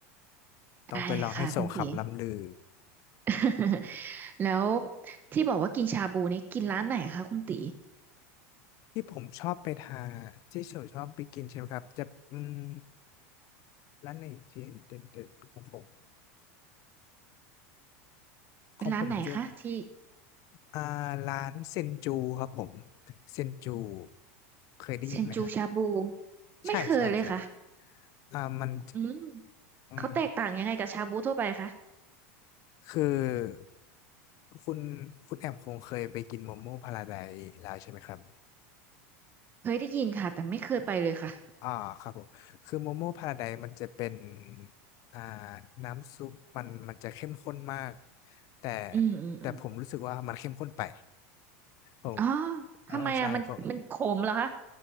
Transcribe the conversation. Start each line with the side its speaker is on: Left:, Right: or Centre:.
Right: ได้เลยค่ะคุณติ
Left: ต้องไปลองให้สมคำล่ำลือ
Right: <laughs> แล้วที่บอกว่ากินชาบูนี่กินร้านไหนคะคุณตี
Left: ที่ผมชอบไปทานที่เฉยชอบไปกินใช่ไหมครับจะอืมร้านไหนที่เด่นๆของผม
Right: เป็นร้านไหนคะที่
Left: ของผมจะอ่าร้านเซนจูครับผมเซนจูเคยได้ยินไหมฮะ
Right: เซนจูชาบูไม่เคยเลยค่ะ
Left: ใช่ใช่ใช่อ่ามันจะ
Right: อืม
Left: อืม
Right: เขาแตกต่างยังไงกับชาบูทั่วไปคะ
Left: คือคุณคุณแอมคงเคยไปกินโมโม่พาราไดซ์แล้วใช่ไหมครับ
Right: เคยได้ยินค่ะแต่ไม่เคยไปเลยค่ะ
Left: อ่าครับผมคือโมโม่พาราไดมันจะเป็นอ่าน้ำซุปมันมันจะเข้มข้นมากแต่
Right: <laughs> อืมอืมอืม
Left: แต่ผมรู้สึกว่ามันเข้มข้นไปผม
Right: อ๋อ
Left: เออใช่ผม
Right: ทำไมอ่ะมันมันขมเหรอคะ